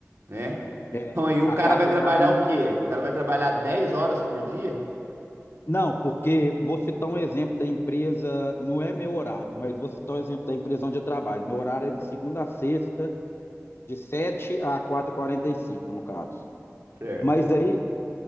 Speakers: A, on the right; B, on the left.
A: né?
B: É,
A: Então aí o
B: a
A: cara
B: carga
A: vai trabalhar
B: horária não.
A: o quê? O cara vai trabalhar 10 horas por dia?
B: Não, porque vou citar um exemplo da empresa, não é meu horário, mas vou citar o exemplo da empresa onde eu trabalho. Meu horário é de segunda a sexta, De 7 a quatro e quarenta e cinco no caso.
A: Certo.
B: Mas aí,